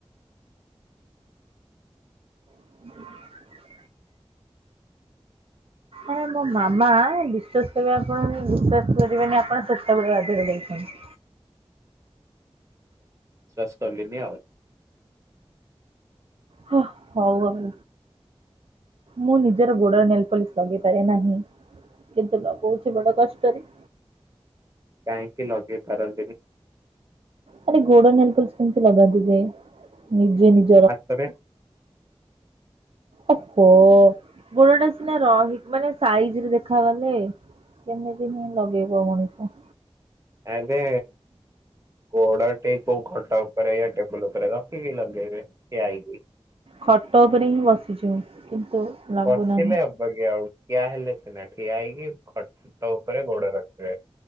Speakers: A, on the right; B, on the right.
A: ହଁ <unintelligible> ଆ ମୋ ମାମା ବିଶ୍ଵାସ କରିବେ ଆପଣ ବିଶ୍ଵାସ କରିବେନି ଆପଣ ସେତେବେଳେ ଗାଧେଇ ଯାଇଛନ୍ତି।
B: ବିଶ୍ଵାସ କଲିନି ଆଉ।
A: ହ ହଉ ହଉ। ମୁଁ ନିଜର ଗୋଡରେ ନେଲପଲିସ ଲଗେଇପାରେ ନାହିଁ। କିନ୍ତୁ ଲଗଉଚି ବଡ କଷ୍ଟରେ।
B: କାହିଁକି ଲଗେଇ ପାରନ୍ତିନି?
A: ଖାଲି ଗୋଡ ନେଲପଲିସ କେମିତି ଲଗାନ୍ତି ଯେ ନିଜେ ନିଜେ।
B: ହାତରେ।
A: ଓହୋ ଗୋଡଟା ସିନା ରହି ମାନେ ସାଇଜ଼ ରେ ଦେଖାଗଲେ। କେମିତିିନି ଲଗେଇବ ମଣିଷ।
B: ଆମେ ଗୋଡ ଟି କୋଉ ଖଟ ଉପରେ ୟେ ଟେବଲ ଉପରେ ର କି କି ଲଗେଇ ବେ ଠିଆ ହେଇକି।
A: ଖଟ ଉପରେ ହିଁ ବସିଛୁ କିନ୍ତୁ ଲାଗୁନାହିଁ।
B: ବସିଲେ ହବ ଅବାଗି ଆଉ ଠିଆ ହେଲେ ସିନା ଠିଆ ହେଇକି ଖଟ ଉପରେ ଗୋଡ ରଖିବେ।